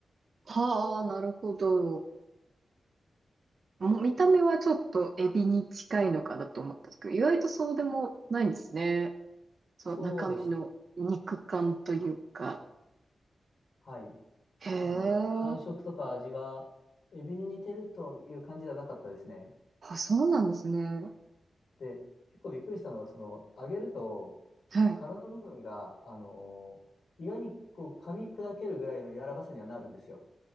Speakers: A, on the right; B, on the left.
A: はあ、なるほど。もう見た目はちょっとエビに近いのかなと思ったんですけど、意外とそうでもないんですね。そう、
B: そうでした。
A: 中身の肉感というか。
B: はい。
A: へえ。
B: あの、感触とか味は、エビに似てるという感じではなかったですね。
A: あ、そうなんですね。
B: で、結構びっくりしたのが、その、揚げると、
A: はい。
B: 殻の部分が、あのー意外にこう噛み砕けるぐらいの柔らかさにはなるんですよ。